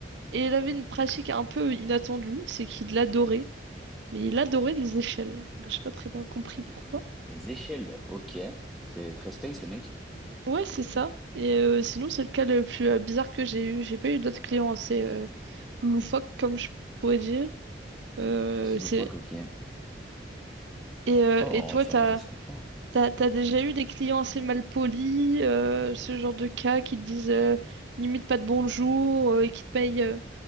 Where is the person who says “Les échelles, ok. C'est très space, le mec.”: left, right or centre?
Centre